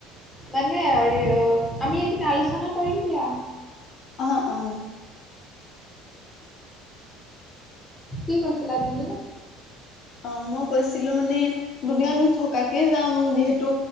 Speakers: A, in the centre; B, on the left.
A: মানে হৰি অ', আমি এদিন আলোচনা কৰিম দিয়া।
B: অ', অ'।
A: কি কৈছিলা তুমি?
B: অ', মই কৈছিলো মানে দুদিন থকাকে যাম, যিহেতু